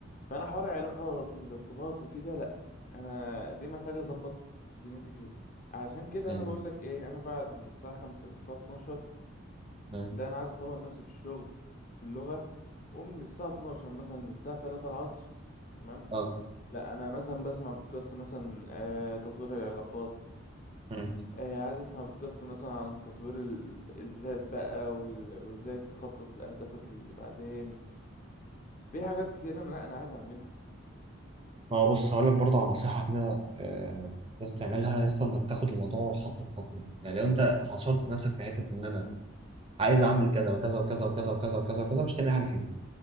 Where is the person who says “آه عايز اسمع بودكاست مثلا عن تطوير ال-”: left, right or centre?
Left